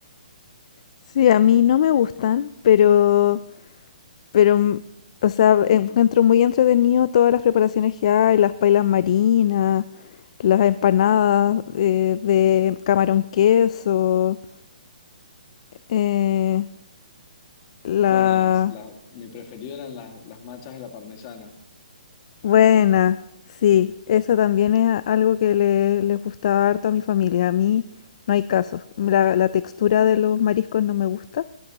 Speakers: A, on the left; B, on the left.
A: Sí, a mí no me gustan, pero, pero, mm, o sea, encuentro muy entretenido todas las preparaciones que hay, las pailas marinas las empanadas
B: Ujú.
A: eh, de camarón queso, eh, la
B: Bueno, las, las- mi preferido eran las, las machas de la parmesana.
A: buena, sí, esa también es algo que le, les gustaba harto a mi familia. A mí no hay caso. La, la textura de los mariscos no me gusta,